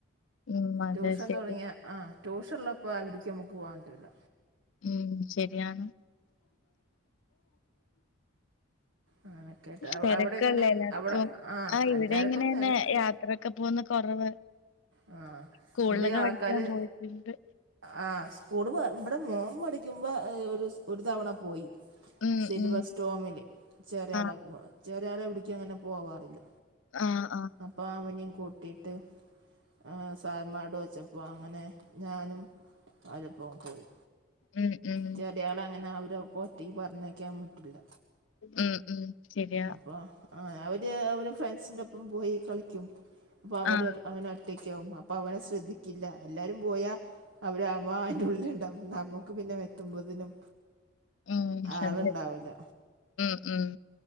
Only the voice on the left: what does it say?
ഉം അതെ
ശരി
ഉം ശരിയാണ്
തിരക്കല്ലേ
എല്ലാർക്കും
ആഹ് ഇവിടെ
അങ്ങനെതന്നെ
യാ ത്രയൊക്കെ പോകുന്ന കൊറവ്
സ്കൂളിലൊക്കെ
പഠിക്കാൻ പോയിട്ടിണ്ട്
ഉം
ഉം
ആഹ്
ആഹ് ആഹ്
ഉം ഉം
ഉം ഉം ശരിയാ
ആഹ്
ഉം ശരി
ഉം ഉം